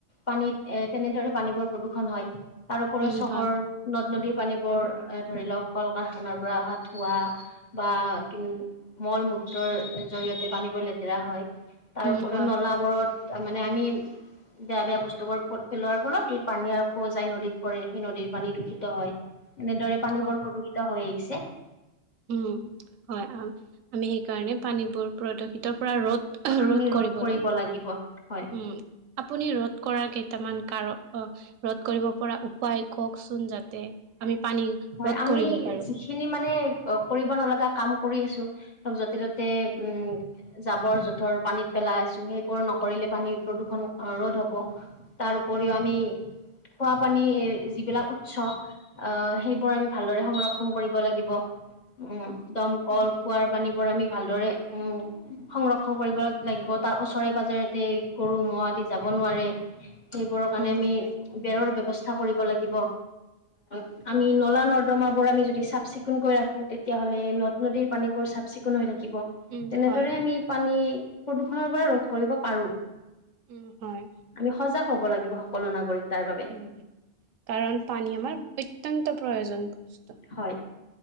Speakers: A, on the left; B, on the right.
A: পানীত এ তেনেদৰে পানীবোৰ প্ৰদূ্ষণ হয়। তাৰওপৰি
B: উম
A: চহৰ
B: হয়
A: নদ-নদী পানীবোৰ এ ধৰি লওক কল কাৰখানাৰ পৰা অহা ধোৱা বা কি মল মূত্ৰৰ জৰিয়তে পানীবোৰ লেতেৰা হয় তাৰ
B: উম
A: উপৰিও
B: হয়
A: নলাবোৰত তাৰ মানে আমি বেয়া বেয়া বস্তু বোৰ পেলোৱাৰ ফলত ই পানী আৰু যাই নদীত পৰে সেই নদীৰ পানী দূষিত হয় এনেদৰে
B: উম
A: পানী
B: হয়
A: বৰ প্ৰদূষিত হৈ আহিছে
B: উম হয় আমি সেইকাৰণে পানীবোৰ প্ৰদূষিত ৰোধ
A: আমি
B: ৰোধ কৰিবলৈ
A: কৰিব লাগিব হয়।
B: উম আপুনি ৰোধ কৰা কেইটামান কাৰণ ৰোধ কৰিব পৰা উপায় কওকচোন যাতে আমি পানী
A: হয়
B: ৰ'দ
A: আমি
B: কৰিব পাৰো।
A: যিখিনি মানে অ কৰিব নলগা কাম কৰি আছো ধৰ য'তে ত'তে উম জাবৰ -জোথৰ পানীত পেলাই আছো সেইবোৰ নকৰিলে পানীৰ প্ৰদূষণ ৰ'দ হব তাৰ উপৰিও আমি খোৱা পানী যিবিলাক উৎস আহ সেইবোৰ আমি ভালদৰে সংৰক্ষণ কৰিব লাগিব। উম দমকল, কুঁৱাৰ পানীবোৰ আমি ভালদৰে সংৰক্ষন কৰিব লাগিব তাৰ ওচৰে পাজৰে গৰু, ম'হ আদি যাব নোৱাৰে সেইবোৰৰ কাৰণে
B: উম,
A: আমি
B: হয়,
A: বেৰৰ ব্যৱস্থা কৰিব লাগিব অ আমি
B: উম,
A: নলা- নৰ্দমা বোৰ আমি যদি চাফ চিকুণকৈ ৰাখো তেতিয়াাহ'লে নদ- নদীৰ পানী বোৰ চাফ চিকুণ হৈ থা কিব
B: উম,
A: তেনেদৰে
B: হয়,
A: আমি পানী প্ৰদূষণৰ পৰা ৰোধ কৰিব পাৰো
B: উম, হয়,
A: আমি সজাগ হব লাগিব সকলো নাগৰিক তাৰ বাবে
B: উম কাৰণ পানী আমাৰ অত্যন্ত প্ৰয়োজন বস্তু
A: হয়